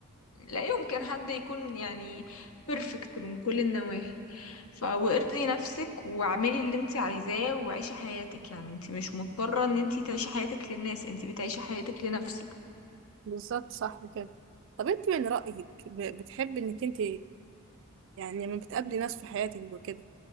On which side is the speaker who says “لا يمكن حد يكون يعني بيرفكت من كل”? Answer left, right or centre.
Left